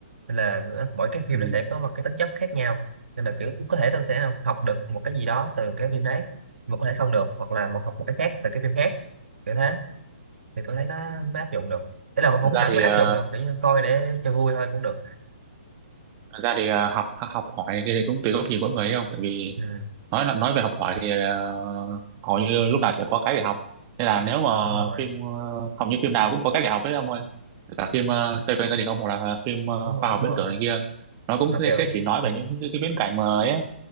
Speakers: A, on the right; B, on the right.
A: nên là nó, mỗi cái phim
B: Ừ.
A: nó sẽ có một cái tính chất khác nhau nên là kiểu có thể tôi sẽ học học được một cái gì đó từ cái phim đấy mà có thể không được hoặc là một học một cái khác từ cái phim khác kiểu thế thì tôi thấy nó, nó áp dụng được Thế là không
B: thực ra
A: hẳn
B: thì
A: là
B: ờ,
A: áp dụng được kiểu như coi để cho vui thôi cũng được
B: thực ra thì ờ, học học hỏi này kia thì cũng tùy góc nhìn mỗi người ấy không tại vì
A: ừ,
B: nói là nói về học hỏi thì ờ, hầu như lúc nào sẽ có cái để học nên là nếu mà
A: đúng rồi
B: phim ờ, hầu như phim nào cũng có cái để học hết ông ơi cả phim uh, xoay quanh gia đình ông hoặc là phim ờ,
A: đúng rồi
B: khoa học
A: đúng
B: viễn
A: rồi
B: tưởng này kia nó cũng
A: mà
B: sẽ
A: kiểu
B: sẽ chỉ nói
A: ừ,
B: về những cái, cái viễn cảnh mà ấy á.